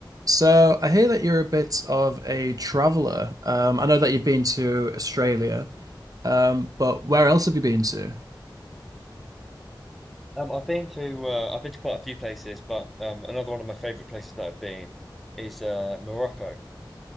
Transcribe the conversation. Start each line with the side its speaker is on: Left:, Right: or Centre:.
Right: So I hear that you're a bit of a traveler. Um, I know that you've been to Australia, um, but where else have you been to?
Centre: Um, I've been to uh, I've been to quite a few places, but um, another one of my favorite places that I've been is uh, Morocco.